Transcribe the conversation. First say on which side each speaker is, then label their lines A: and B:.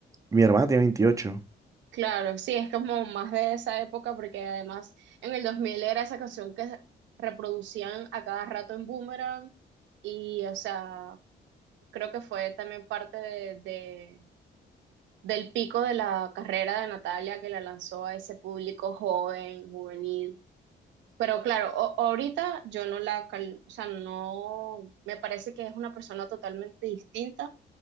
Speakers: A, on the right; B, on the right.
A: Mi hermana tiene veintiocho
B: Claro, sí, es como más de esa época porque además en el 2000 era esa canción que reproducían a cada rato en Boomerang y o sea, creo que fue también parte de, de- del pico de la carrera de Natalia que la lanzó a ese público joven, juvenil. Pero claro, o- ahorita yo no la, cal- o sea, no, me parece que es una persona totalmente distinta